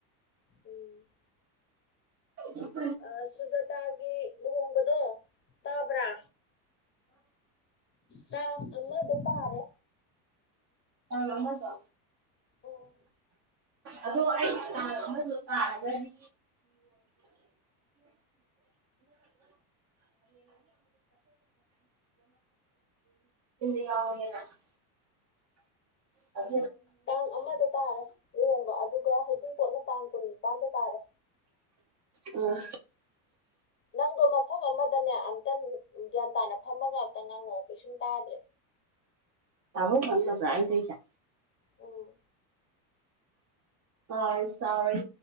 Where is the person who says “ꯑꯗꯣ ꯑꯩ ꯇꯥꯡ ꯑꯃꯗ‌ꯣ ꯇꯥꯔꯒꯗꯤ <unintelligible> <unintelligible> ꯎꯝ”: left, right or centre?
Right